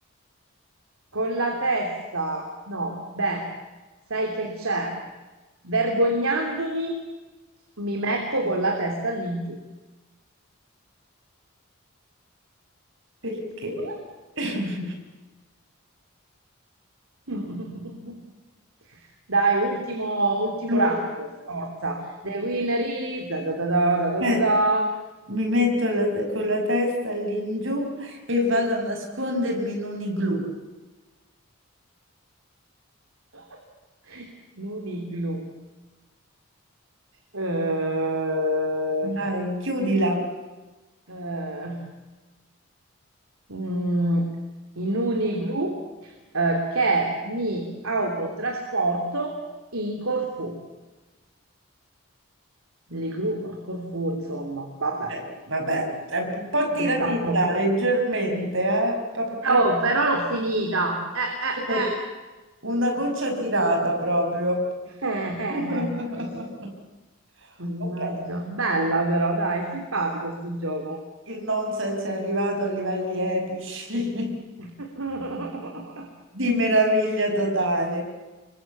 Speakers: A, on the right; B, on the right.
A: Con la testa, no, beh, sai che c'è? Vergognandomi, mi metto con la testa lì giù.
B: Perché?
A: <laughs>
B: <laughs>
A: <laughs> Dai, ultimo, ultimo
B: Lo-
A: round, forza. The winner is... Da, da, da, da, da, da,
B: Eh,
A: da, da.
B: mi metto la te- con la testa all'ingiù e vado a nascondermi in un igloo.
A: <laughs> Nuniglu. Eh,
B: Dai, chiudila.
A: eh, mm, in Uniglu eh, che mi autotrasporto in Corfù. L'Iglu a Corfù, insomma, vabbè,
B: Eh, Vabbè, è un po' tiratina,
A: ci sta proprio.
B: leggermente, eh? Proprio,
A: Oh, però l'ho finita. Eh, eh,
B: proprio una goccia tirata proprio.
A: Eh,
B: <laughs>
A: <laughs> eh. Mannaggia,
B: Ok,
A: bella però, dai, simpatico sto gioco.
B: il nonsense è arrivato a livelli epici
A: <laughs>
B: <laughs>
A: eh.
B: di meraviglia totale.